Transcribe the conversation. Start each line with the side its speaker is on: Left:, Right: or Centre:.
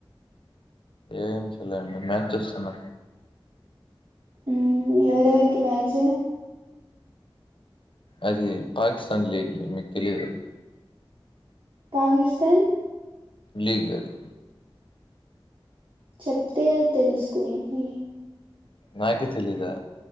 Left: ఏం చెలేండి మ్యాచ్ చూస్తున్న
Right: మ్ ఎవరెవరకి మ్యాచ్
Left: అది పాకిస్తాన్ లీగ్ నీక్ తెలీయదు
Right: పాగిస్తన్
Left: లీగ్ అది
Right: చెప్తే తెలుస్తుంది
Left: నాకి తెలీదా